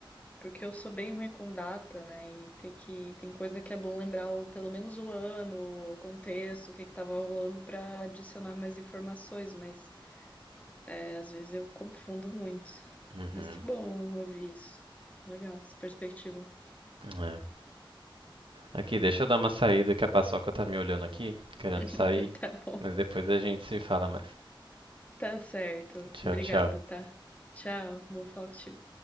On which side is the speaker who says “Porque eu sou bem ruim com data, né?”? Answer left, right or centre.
Left